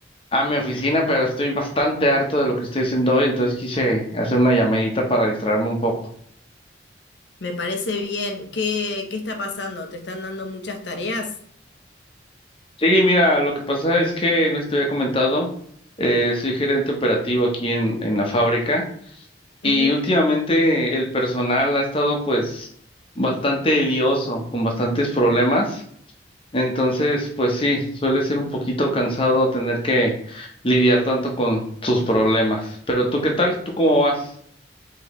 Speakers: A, on the left; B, on the left.
A: a mi oficina, pero estoy bastante harto de lo que estoy haciendo hoy, entonces quise hacer una llamadita para distraerme un poco.
B: Me parece bien. ¿Qué, qué está pasando? ¿Te están dando muchas tareas?
A: Sí, mira, lo que pasa es que, no sé si te había comentado, eh, soy gerente operativo aquí en, en la fábrica y
B: Ujú.
A: últimamente el personal ha estado pues bastante lioso, con bastantes problemas. Entonces, pues sí, suele ser un poquito cansado tener que lidiar tanto con sus problemas. Pero tú, ¿qué tal? ¿Tú cómo vas?